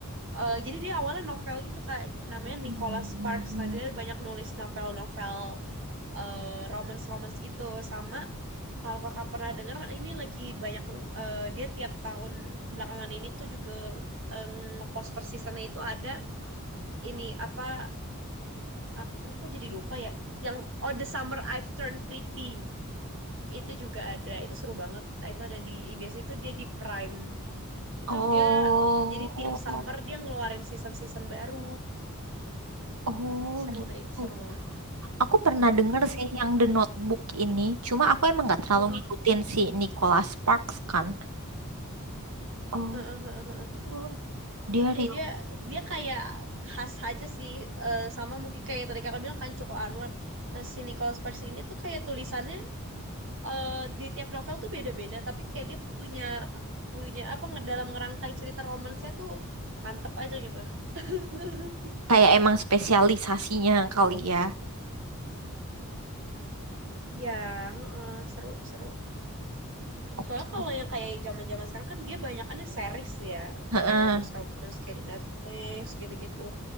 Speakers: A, on the right; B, on the right.
A: eh, jadi dia awalnya novel gitu kak namanya
B: Hmm.
A: Nicholas Sparks nah dia banyak nulis novel-novel eh, romance-romance gitu sama kalau kakak pernah dengar ini lagi banyak eh, dia tiap tahun belakangan ini tuh juga eh, ngepost per seasonnya itu ada ini apa apa kok jadi lupa ya yang Oh The Summer I've Turned Pretty itu juga ada itu seru banget itu ada di biasanya itu dia di Prime itu
B: Oh,
A: dia jadi tiap summer dia ngeluarin season-season baru
B: oh
A: seru
B: gitu.
A: deh itu seru banget
B: Aku pernah
A: Mm-mm.
B: denger sih yang The Notebook ini. Cuma aku emang nggak terlalu
A: Heeh,
B: ngikutin si Nicholas Sparks kan. Oh,
A: heeh, heeh, heeh.
B: Oh, Dia
A: Iya
B: real
A: dia dia kayak khas aja sih eh, sama mungkin kayak yang tadi kakak bilang kan Joko Anwar nah si Nicholas Sparks ini tuh kayak tulisannya eh, di tiap novel tuh beda-beda tapi kayak dia punya punya apa ngedalam ngerangkai cerita romansnya tuh mantep aja gitu <laughs>
B: kayak emang spesialisasinya kali ya.
A: Iya, heeh, seru seru.
B: Oke.
A: Soalnya kalau yang kayak zaman-zaman sekarang kan dia banyakannya series ya.
B: Heeh.
A: Kalau romance-romance kayak di Netflix gitu-gitu.